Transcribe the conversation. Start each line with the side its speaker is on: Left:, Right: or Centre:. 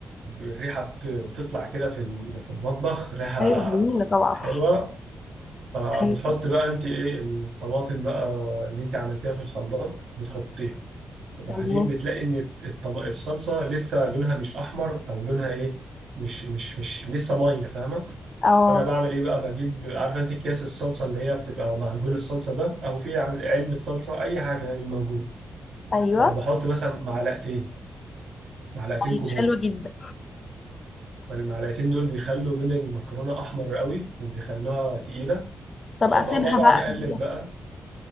Right: الريحة بت... بتطلع كده في ال- في المطبخ ريحة
Left: هي جميله طبعا
Right: حلوة فبتحط
Left: <laughs>
Right: بقى انت ايه الطماطم بقى اللي انت عملتيها في الخلاط بتحطيها وبعدين
Left: تمام
Right: بتلاقي ان الطب... الصلصه لسه لونها مش احمر او لونها ايه مش مش مش لسه ميه فاهمه
Left: اه
Right: فانا بعمل ايه بقى بجيب عارف انت اكياس الصلصه اللي هي بتبقى معجون الصلصه ده او في عن- علبه صلصه اي حاجه يعني الموجود
Left: ايوه
Right: فبحط مثلا معلقتين معلقتين
Left: طيب
Right: كبار
Left: حلو جدا
Right: فالمعلقتين دول بيخلوا لون المكرونه احمر قوي وبيخلوها تقيله
Left: طب
Right: وبقعد
Left: اسيبها بقى
Right: اقلب
Left: قد إيه؟
Right: بقى